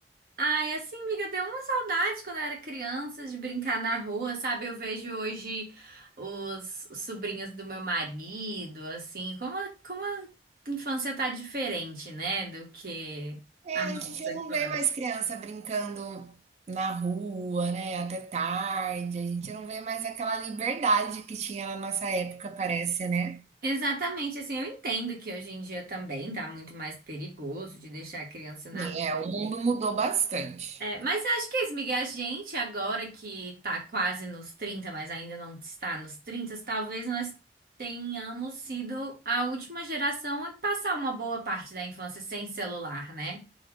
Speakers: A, on the right; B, on the right.
A: ai, assim, miga, deu uma saudade quando eu era criança de brincar na rua, sabe? Eu vejo hoje os os sobrinhos do meu marido, assim, como a, como a infância tá diferente, né, do que
B: É,
A: a nossa
B: a gente
A: infância.
B: não vê mais criança brincando na rua, né? Até tarde. A gente não vê mais aquela liberdade que tinha na nossa época, parece, né?
A: Exatamente, assim, eu entendo que hoje em dia também tá muito mais perigoso de deixar a criança
B: Sim,
A: na
B: é, o
A: rua.
B: mundo mudou bastante.
A: É, mas eu acho que é isso, Miguel, a gente agora que tá quase nos 30 mas ainda não está nos 30 talvez nós tenhamos sido a última geração a passar uma boa parte da infância sem celular, né?